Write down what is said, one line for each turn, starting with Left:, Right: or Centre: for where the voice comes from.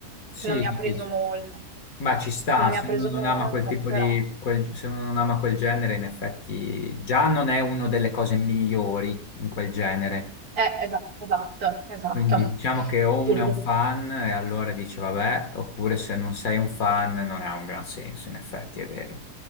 Left: Sì,
Right: non mi ha
Left: capisco.
Right: preso molto,
Left: Ma ci sta,
Right: non mi
Left: se
Right: ha preso
Left: uno non
Right: molto,
Left: ama quel tipo
Right: però...
Left: di, quel- se uno non ama quel genere, in effetti già non è una delle cose migliori in quel genere.
Right: Eh, esatto, esatto, esatto.
Left: Quindi diciamo che o uno
Right: Sì,
Left: è un
Right: sì,
Left: fan e allora dice vabbè, oppure se non sei un fan non ha un gran senso, in effetti è vero.